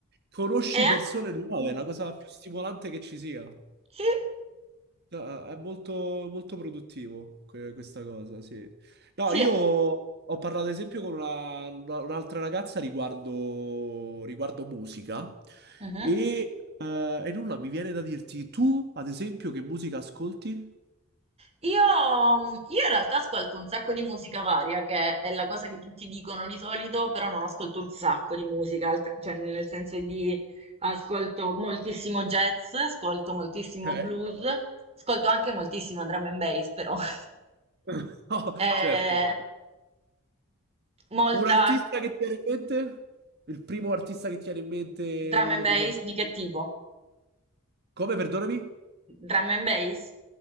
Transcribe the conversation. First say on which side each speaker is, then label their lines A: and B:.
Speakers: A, on the right (about 50°); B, on the right (about 30°).
A: Conosci
B: E anche...
A: persone nuove,
B: Mhm.
A: è la cosa più stimolante che ci sia.
B: Sì,
A: No, È molto, molto produttivo que- questa cosa, sì. No,
B: sì.
A: io ho parlato ad esempio con una- una- un'altra ragazza riguardo, riguardo musica
B: Mhm.
A: e, eh, e nulla, mi viene da dirti tu, ad esempio, che musica ascolti?
B: Io, io in realtà ascolto un sacco di musica varia, che è la cosa che tutti dicono di solito, però non ascolto un sacco di musica, alt- cioè nel senso di ascolto moltissimo jazz, ascolto moltissimo
A: Ok.
B: blues, ascolto anche moltissima drum and bass, però. <laughs>
A: <laughs> No,
B: Eh,
A: certo.
B: molta
A: Un artista che ti viene in mente? Il primo artista che ti viene in mente,
B: drum
A: uno
B: and
A: dei
B: bass
A: tuoi amici.
B: di che tipo?
A: Come, perdonami?
B: Drum and bass?